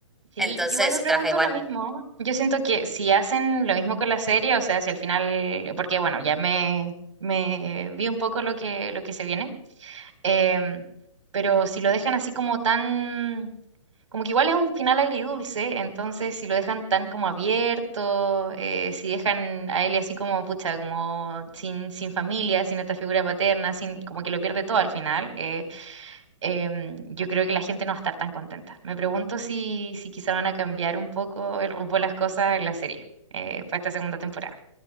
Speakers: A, on the right; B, in the centre.
A: Sí,
B: entonces
A: yo igual me
B: se
A: pregunto
B: trabaja igual.
A: lo mismo. Yo siento que si hacen lo mismo con la serie, o sea, si al final, porque bueno, ya me, me vi un poco lo que, lo que se viene, em, pero si lo dejan así como tan, como que igual es un final agridulce, entonces si lo dejan tan como abierto, eh, si dejan a él así como, pucha, como sin, sin familia, sin esta figura paterna, sin, como que lo pierde todo al final. eh, em, yo creo que la gente no va a estar tan contenta. Me pregunto si, si quizá van a cambiar un poco el rumbo de las cosas en la serie eh, para esta segunda temporada.